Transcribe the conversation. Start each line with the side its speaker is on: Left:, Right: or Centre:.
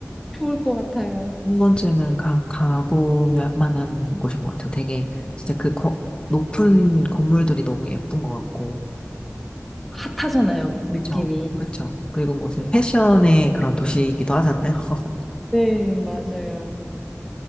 Centre: 좋을 것 같아요.
Left: 한 번쯤은 가 가보면 만한 곳인 것 같아요 되게 진짜 그 거- 높은 건물들이 너무 예쁜 것 같고
Centre: 핫하잖아요, 느낌이.
Left: 그쵸, 그쵸. 그리고 무슨 패션의 그런 도시이기도 하잖아요. <laughs>
Centre: 네, 맞아요.